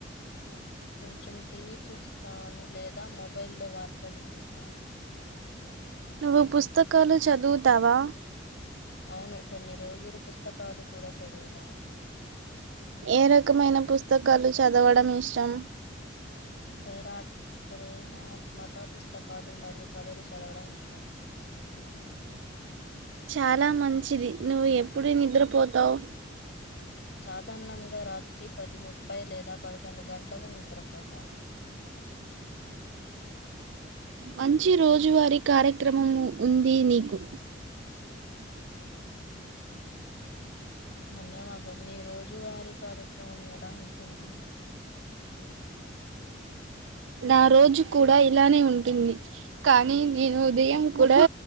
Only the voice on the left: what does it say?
కొంచెం టీవీ చూస్తాను. లేదా మొబైల్లో వార్తలు చూస్తాను.
అవును కొన్ని రోజులు పుస్తకాలు కూడా చదువుతాను.
పేరా ప్రేరణాత్మక పుస్తకాలు మరియు కథలు చదవడం ఇష్టం.
సాధారణంగా రాత్రి పది ముప్పై లేదా పదకొండు గంటలకు నిద్రపోతాను.
ధన్యవాదాలు నీ రోజు వారి కార్యక్రమం ఎలా ఉంటుంది.